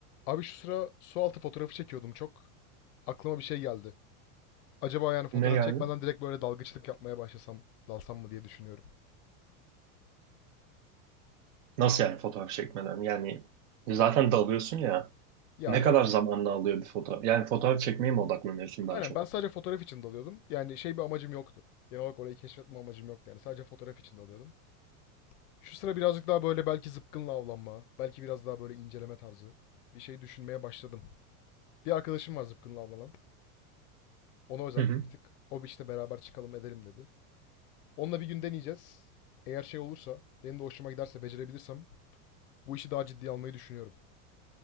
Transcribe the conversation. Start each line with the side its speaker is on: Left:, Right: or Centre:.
Left: Abi şu sıra su altı fotoğrafı çekiyordum çok. Aklıma bir şey geldi. Acaba yani fotoğraf
Right: Ne yani?
Left: çekmeden direkt böyle dalgıçlık yapmaya başlasam, dalsam mı diye düşünüyorum.
Right: Nasıl yani fotoğraf çekmeden? Yani zaten dalıyorsun ya.
Left: Ya
Right: Ne kadar
Left: evet.
Right: zamanını alıyor bir fotoğraf? Yani fotoğraf çekmeye mi odaklanıyorsun daha
Left: Aynen
Right: çok?
Left: ben sadece fotoğraf için dalıyordum. Yani şey bir amacım yoktu. Genel olarak orayı keşfetme amacım yoktu yani. Sadece fotoğraf için dalıyordum. Şu sıra birazcık daha böyle belki zıpkınla avlanma, belki biraz daha böyle inceleme tarzı bir şey düşünmeye başladım. Bir arkadaşım var zıpkınla avlanan. Ona özendim
Right: Hı hı.
Left: bir tık. O bir işte beraber çıkalım edelim dedi. Onunla bir gün deneyeceğiz. Eğer şey olursa, benim de hoşuma giderse, becerebilirsem bu işi daha ciddiye almayı düşünüyorum.